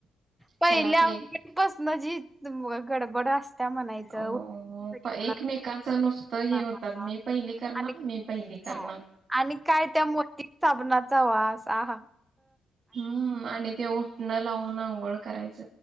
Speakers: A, in the centre; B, on the right.
A: पहिल्या
B: त्याला ते
A: बस मजी तुम्हाला गडबड अस त्या म्हणायचं
B: हो
A: <unintelligible>
B: एकमेकाचं नुसतं हे होतात मी पहिली करणार मी पहिली करणार
A: आणि काय त्या मोती साबणाचा वास आ हा
B: हम्म आणि ते उठणं लावून अंघोळ अंघोळ करायच